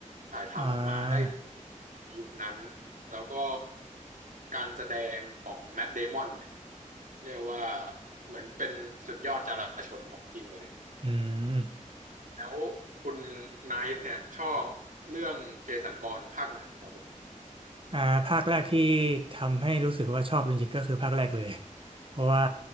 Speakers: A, on the right (about 75°); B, on the right (about 40°).
A: ถ่ายทำออกมาได้
B: อ่า
A: ในยุคนั้นแล้วก็การแสดงของแมทเดมอนเนี่ยเรียกว่าเหมือนเป็นสุดยอดจราชนของจริงเลย
B: อืม
A: แล้วคุณไนท์เนี่ยชอบเรื่องเจสันบอร์นภาคไหนครับผม
B: อ่าภาคแรกที่ทำให้รู้สึกว่าชอบจริงๆก็คือภาคแรกเลย <laughs> เพราะว่า